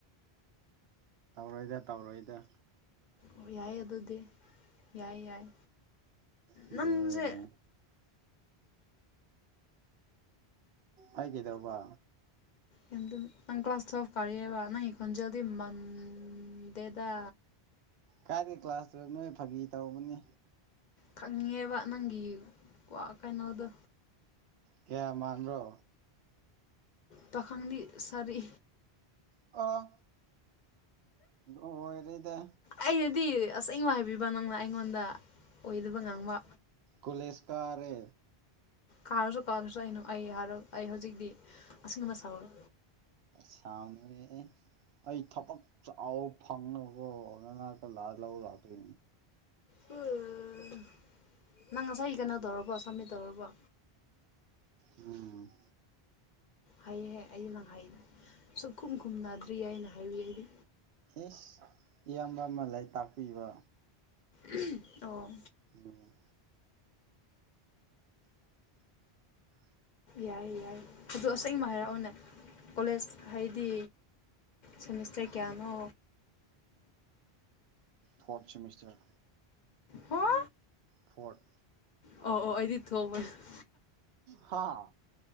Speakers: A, on the right; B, on the left.
A: ꯇꯧꯔꯣꯏꯗ-ꯇꯧꯔꯣꯏꯗ꯫
B: ꯑꯣ ꯌꯥꯏ ꯑꯗꯨꯗꯤ ꯌꯥꯏ-ꯌꯥꯏ
A: ꯑꯗꯨꯅꯤ
B: ꯅꯪꯁꯦ
A: ꯑꯩ ꯀꯩꯗꯧꯕ?
B: <unintelligible> ꯅꯪ ꯀ꯭ꯂꯥꯁ ꯇꯨꯌꯦꯜꯐ ꯀꯔꯤꯑꯦꯕ ꯅꯪ ꯈꯣꯟꯖꯦꯜꯗꯤ ꯃꯟꯗꯦꯗ꯫
A: ꯀꯥꯏꯗ ꯀ꯭ꯂꯥꯁ ꯇꯨꯌꯦꯜꯞ ꯅꯣꯍꯦ ꯐꯥꯒꯤ ꯇꯧꯕꯅꯤ꯫
B: ꯈꯪꯉꯦꯕ ꯅꯪꯒꯤ ꯋꯥ ꯀꯩꯅꯣꯗꯣ꯫
A: ꯀꯌꯥ ꯃꯟꯕꯔꯣ
B: ꯄꯥꯈꯪꯗꯤ ꯁꯥꯔꯤ꯫
A: ꯑꯣ ꯂꯣꯏꯔꯦꯗ꯫
B: ꯑꯩꯅꯗꯤ ꯑꯁꯦꯡꯕ ꯍꯥꯏꯕꯤꯕ ꯅꯪꯅ ꯑꯩꯉꯣꯟꯗ ꯑꯣꯏꯗꯕ ꯉꯥꯡꯕ꯫
A: ꯀꯣꯂꯦꯁ ꯀꯥꯔꯦ꯫
B: ꯀꯥꯔꯁꯨ ꯀꯗꯔꯥꯁꯨ ꯑꯩꯅ ꯑꯩ ꯍꯥꯏꯔꯣ ꯑꯩ ꯍꯧꯖꯤꯛꯇꯤ ꯑꯁꯦꯡꯕ ꯁꯥꯎꯔꯦ꯫
A: ꯁꯥꯎꯅꯣꯍꯦ ꯑꯦ ꯑꯩ ꯊꯕꯛ ꯆꯥꯎ ꯐꯪꯅꯀꯣ ꯅꯅꯥꯛꯇ ꯂꯥꯛꯑꯒ ꯂꯧ ꯂꯥꯛꯇꯣꯏꯅꯤ꯫
B: ꯍꯣ-ꯅꯪ ꯉꯁꯥꯏ ꯀꯩꯅꯣ ꯇꯧꯔꯕꯣ ꯁꯕꯃꯤꯠ ꯇꯧꯔꯕꯣ?
A: ꯎꯝ
B: ꯍꯩꯍꯦ ꯑꯩꯗꯤ ꯅꯪ ꯍꯩ ꯁꯨꯛꯈꯨꯝ ꯈꯨꯝꯅꯗ꯭ꯔꯤꯌꯦ ꯍꯥꯏꯅ ꯍꯥꯏꯋꯏ ꯑꯩꯗꯤ꯫
A: ꯏꯁ ꯏꯌꯥꯝꯕ ꯑꯃ ꯂꯩ ꯇꯥꯛꯄꯤꯕ꯫
B: ꯎꯝ ꯑꯣ꯫
A: ꯑꯣꯝ <inaudible>
B: ꯌꯥꯏ ꯌꯥꯏ ꯑꯗꯨ ꯑꯁꯦꯡꯕ ꯍꯥꯏꯔꯛꯎꯅꯦ ꯀꯣꯂꯦꯖ ꯍꯥꯏꯗꯤ ꯁꯦꯃꯤꯁꯇꯔ ꯀꯌꯥꯅꯣ?
A: Fourth semester.
B: ꯍꯥ?
A: ꯐꯣꯔꯠ꯫
B: ꯑꯣ ꯑꯣ ꯑꯩꯗꯤ <unintelligible>
A: ꯍꯥꯥ